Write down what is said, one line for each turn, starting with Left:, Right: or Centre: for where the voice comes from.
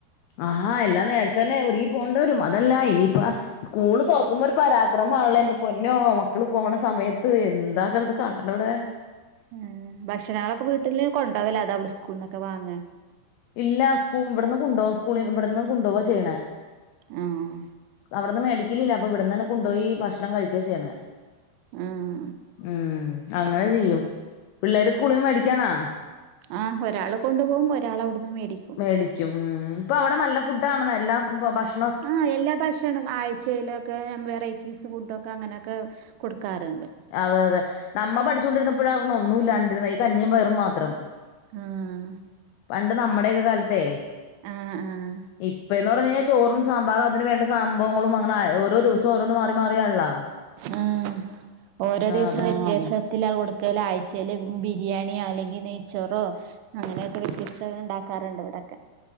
Left: ആഹ് എല്ലാം നേരത്തെ തന്നെ ഒരുങ്ങി പോണ്ട വരും അതല്ല ഇനിപ്പാ സ്കൂള് തൊറക്കുമ്പോ ഒരു പരാക്രമമാണല്ലോ എന്റെ പൊന്നോ മക്കള് പോണ സമയത്ത് എന്താക്കെടന്ന് കാട്ട ണിവടെ
Right: ഏഹ് ഭക്ഷണങ്ങളൊക്കെ വീട്ടില് കൊണ്ട പോവല്ല അതാ അവടെ സ്കൂള്ന്നൊക്കെ വാങ്ങാ
Left: ഇല്ല സ്കൂ ഇവടുന്ന് കൊണ്ടോവും സ്കൂളിൽ ഇവടെന്ന് കൊണ്ടുപോവാ ചെയ്യണേ
Right: ആഹ്
Left: അവടന്ന് മേടിക്കലില്ല അപ്പോ ഇവിടന്ന് തന്നെ കൊണ്ടുപോയി ഭക്ഷണം കഴിക്ക ചെയ്യണേ
Right: ആഹ്
Left: ഉം അങ്ങനെ ചെയ്യും പിള്ളേര് സ്കൂളിന്ന് മേടിക്കണാ?
Right: ആഹ് ഒരാള് കൊണ്ട് പോകും ഒരാൾ അവിടുന്ന് മേടിക്കും.
Left: മേടിക്കും ഉം ഇപ്പോ അവടെ നല്ല ഫുഡ് ആണ് എല്ലാ ഭക്ഷ
Right: ആഹ് എല്ലാ ഭക്ഷണം ആഴ്ച്ചെല് ഒക്കെ വെറൈറ്റീസ് ഫുഡൊക്കെ അങ്ങനെക്കെ കൊടുക്കാറ്ണ്ട്.
Left: അതെ അതെ നമ്മ പഠിച്ചോണ്ടിരുന്നപ്പോഴാർന്നു ഒന്നും ഇല്ലാണ്ടിരുന്ന ഈ കഞ്ഞിം പയറും മാത്രം.
Right: ആഹ്
Left: പണ്ട് നമ്മടെക്കെ കാലത്തേ
Right: ആഹ് ആഹ്
Left: ഇപ്പ എന്ന് പറഞ്ഞ് കയിഞ്ഞാ ചോറും സാമ്പാറും അതിന് വേണ്ട സംഭവങ്ങളും അങ്ങന ഓരോ ദിവസോം ഓരോന്ന് മാറി മാറിയൻള്ളാ
Right: ആഹ് ഓരോ ദിവസം
Left: അതെ
Right: വ്യത്യാസ ത്തിലാ കൊടുക്കല് ആഴ്ച്ചേല് ബിരിയാണിയോ അല്ലെങ്കിൽ നെയ്ച്ചോറോ അങ്ങനെയൊക്കെ വ്യത്യസ്ത ഇണ്ടാക്കാറുണ്ട് ഇവടക്കെ